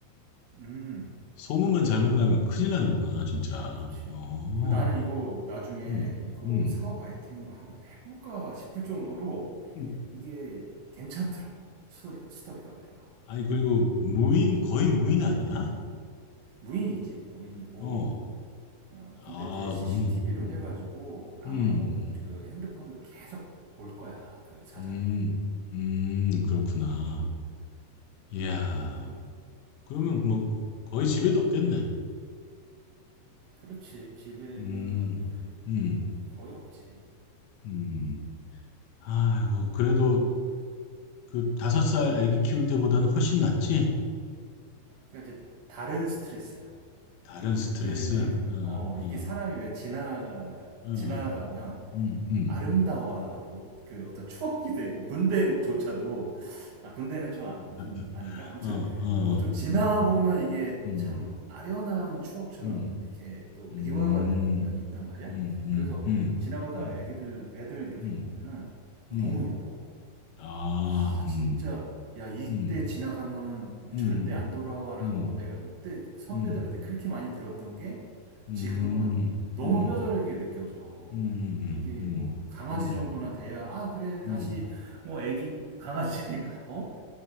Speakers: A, on the right (about 70°); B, on the left (about 80°).
A: 음
B: 소문만 잘못
A: 어,
B: 나면 큰일 나는구나, 진짜.
A: 그렇지.
B: 어,
A: 그 나는 이거 나중에
B: 음,
A: 이거
B: 음.
A: 사업 아이템으로 한번 해볼까 싶을 정도로
B: 음.
A: 이게 괜찮더라고 스터디 스터디 카페가
B: 아니, 그리고 무인, 거의 무인 아니야?
A: 무인이지 무인이고
B: 어,
A: 어, 근데
B: 아,
A: 이제 CCTV로
B: 그러면, 음,
A: 해가지고 아마
B: 음,
A: 업, 그 핸드폰으로 계속 볼 거야 그 사장이
B: 음, 음, 음, 그렇구나. 이야,
A: 그렇게
B: 그러면 뭐, 거의 집에도 없겠네.
A: 그렇지 집에는
B: 음,
A: 이제
B: 음,
A: 거의 없지
B: 음. 아이고, 그래도 그 다섯 살 아기 키울 때보다는 훨씬 낫지?
A: 그러니까 이제 다른 스트레스야
B: 다른
A: 예,
B: 스트레스.
A: 그때는
B: 어,
A: 어
B: 어.
A: 이게 사람이 왜 지나
B: 응.
A: 지나가면
B: 음, 음.
A: 아름다워 그 어떤 추억이 되고 군대조차도 아 군대는 좀 아-
B: <laughs>
A: 좀 아닌가? 아무튼
B: 어, 어,
A: 뭐 좀 지나보면
B: 음,
A: 이게
B: 음,
A: 참 아련한 추억처럼
B: 음,
A: 이렇게 또
B: 음,
A: 미화가 되는 면이 있단 말이야.
B: 음, 음,
A: 그래서
B: 음,
A: 지나가다
B: 음,
A: 애기들 애들 이렇게
B: 음,
A: 보면은 어,
B: 음.
A: 너무 이뻐.
B: 아,
A: 아
B: 음,
A: 진짜 야 이때
B: 음,
A: 지나가면은
B: 음,
A: 절대 안 돌아와라고
B: 음,
A: 내가 그때 선배들한테
B: 음,
A: 그렇게 많이 들었던 게
B: 음,
A: 지금은 너무
B: 음,
A: 뼈저리게 느껴져.
B: 음, 음,
A: 이게
B: 음,
A: 뭐 강아지
B: 음,
A: 정도나 돼야 아 그래
B: <laughs>
A: 다시
B: 음.
A: 뭐 애기 강아지 <laughs> 어?